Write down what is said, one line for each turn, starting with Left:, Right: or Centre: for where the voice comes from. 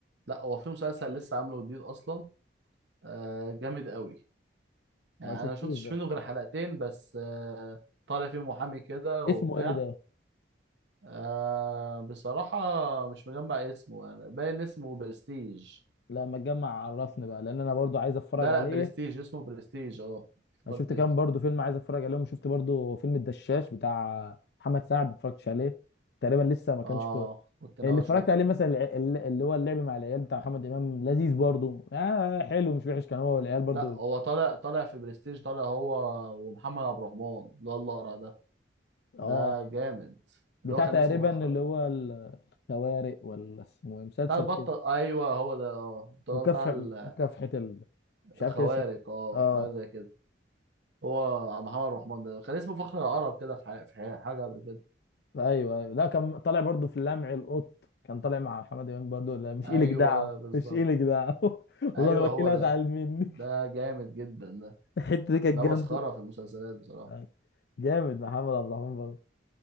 Right: لا هو في مسلسل لسه عامله جديد أصلا آه جامد أوي يعني
Left: ما شفتوش
Right: أنا ما شفتش
Left: ده
Right: منه غير حلقتين بس آه طالع فيه محامي كده وبتاع
Left: اسمه ايه ده
Right: آه بصراحة مش مجمع اسمه يعني باين اسمه برستيج
Left: لا ما تجمع عرفني بقى لان انا برضو عايز اتفرج
Right: لا
Left: عليه
Right: لا برستيج اسمه برستيج اه
Left: انا
Right: افتكرت
Left: شفت كام برضو فيلم عايز اتفرج عليهم وشفت برضو فيلم الدشاش بتاع محمد سعد ما اتفرجتش عليه تقريبا لسه ما كانش
Right: اه
Left: كويس
Right: كنت ناوي
Left: اللي
Right: اشوفه
Left: اتفرجت عليه مثلا الع- الل- اللي هو اللعب مع العيال بتاع محمد امام لذيذ برضو آه حلو مش وحش كان هو والعيال برضو
Right: لا هو طالع طالع في برستيج طالع هو ومحمد عبد الرحمن اللي هو الاقرع ده
Left: اه
Right: ده جامد
Left: بتاع
Right: اللي هو كان
Left: تقريبا
Right: اسمه فخر
Left: اللي هو الخوارق ولا اسمه إيه؟ مسلسل
Right: بتاع البطل
Left: كده
Right: ايوه هو ده اه ده
Left: مكافح
Right: هو بتاع ال-
Left: مكافحة ال... مش عارف
Right: الخوارق
Left: كان اسمه
Right: اه
Left: إيه. اه
Right: حاجه زي كده هو محمد عبد الرحمن ده كان اسمه فخر العرب كده في ح- في ح- حاجه قبل كده
Left: لا، ايوه ايوه لا كان طالع برضو في لمع القط كان طالع مع محمد امام برضو لا مش
Right: ايوه
Left: إلك دعوه
Right: بالظبط
Left: مش إلك دعوه <laughs>
Right: ايوه
Left: والله انا بكيل
Right: هو
Left: ازعل
Right: ده
Left: منك
Right: ده جامد جدا ده
Left: <laughs> الحته دي كانت
Right: ده
Left: جامده
Right: مسخره في المسلسلات بصراحه
Left: آه، جامد محمد عبد الرحمن برضه